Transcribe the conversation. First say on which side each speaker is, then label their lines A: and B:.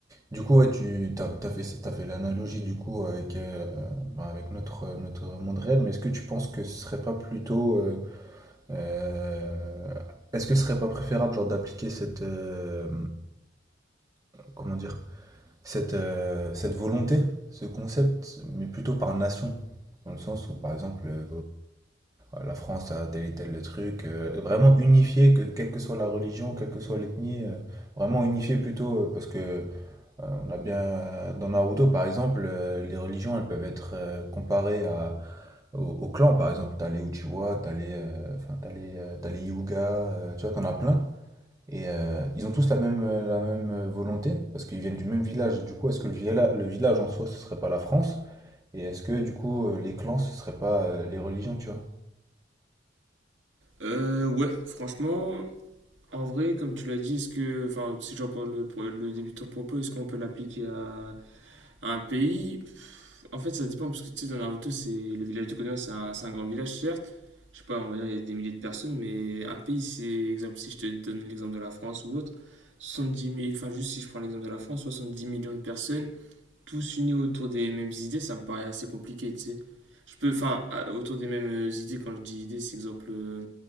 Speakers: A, on the right (about 20°); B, on the right (about 75°).
A: du coup ouais, tu t'as, t'as fait t'as fait l'analogie du coup avec euh, bah, avec notre euh, notre monde réel mais est-ce que tu penses que ce serait pas plutôt euh, euh, est-ce que ce serait pas préférable genre d'appliquer cette euh, comment dire cette, euh, cette volonté, ce concept, mais plutôt par nation. Dans le sens où, par exemple, euh, le- la France a tel et tel truc, euh, vraiment unifié, que, quelle que soit la religion, quelle que soit l'ethnie, euh, vraiment unifié plutôt, euh, parce que euh, on a bien, dans Naruto, par exemple, euh, les religions, elles peuvent être euh, comparées à, au, au clan, par exemple. T'as les Uchiwa, t'as les, euh, enfin, t'as les, euh, t'as les Hyuga, euh, tu vois, t'en as plein. Et euh, ils ont tous la même, euh, la même euh, volonté, parce qu'ils viennent du même village. Du coup, est-ce que le village, le village en soi, ce serait pas la France? Et est-ce que, du coup, euh, les clans, ce serait pas euh, les religions, tu vois?
B: Euh, ouais, franchement, en vrai, comme tu l'as dit, est-ce que, enfin, si je reprends le, pro- le début de ton propos, est-ce qu'on peut l'appliquer à, à un pays? Pff, En fait, ça dépend, parce que tu sais, dans Naruto, c'est le village de Konoha, c'est un, c'est un grand village, certes. Je sais pas, on va dire, il y a des milliers de personnes, mais un pays, c'est, exemple, si je te donne l'exemple de la France ou autre, soixante-dix 000, enfin, juste si je prends l'exemple de la France, 70 millions de personnes, tous unis autour des mêmes idées, ça me paraît assez compliqué, tu sais. Je peux, enfin, à- autour des mêmes euh, idées, quand je dis idées, c'est exemple. euh,